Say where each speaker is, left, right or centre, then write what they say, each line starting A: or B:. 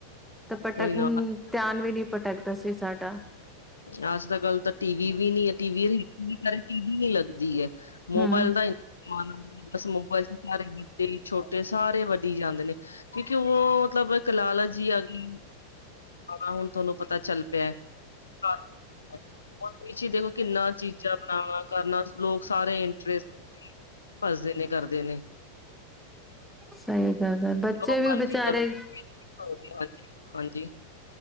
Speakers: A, in the centre; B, on the left.
A: ਤਾਂ ਪਟਕਮ
B: ਕੋਈ ਨਾ
A: ਧਿਆਨ ਵੀ ਨਹੀਂੀ ਪਟਕਦਾ ਸੀ। ਸਾਡਾ
B: ਅੱਜ ਤਾਂ ਗੱਲ ਤਾਂ ਟੀ ਵੀ ਵੀ ਨੀ ਹੈ। ਟੀ ਟੀ ਵੀ ਨੀ ਲੱਗਦੀ ਹੈ। ਮੋਬਾਇਲ
A: ਹਮ
B: ਦਾ ਇੰ ਬ ਮੋਬਾਇਲ ਚ ਸਾਰੇ ਛੋਟੇ ਸਾਰੇ ਵੱਢਡੀ ਜਾਂਦੇ ਨੇ ਕਿਉਂਕਿ ਉਹ ਮਤਲਬ ਇੱਕ ਲਾਲਾ ਜੀ ਆ ਗਈ। ਹੁਣ ਤੁਹਾਨੂੰ ਪਤਾ ਚੱਲ ਪਿਆ। <inaudible> ਪਿੱਛੇ ਦੇਖੋ, ਕਿੰਨਾ ਚੀਜ਼ਾਂ ਬਣਾਣਾ ਕਰਨਾ, ਲੋਕ ਸਾਰੇ ਇੰਟਰਸਟ ਭਜਦੇ ਨੇ, ਕਰਦੇ ਨੇ।
A: ਸਈ ਗੱਲ ਏ, ਬੱਚੇ
B: ਜੋ
A: ਵੀ
B: ਮਰਜੀ
A: ਬਿਚਾਰੇ
B: ਕਰੋ ਹਾਂਜੀ ਹਾਂਜੀ।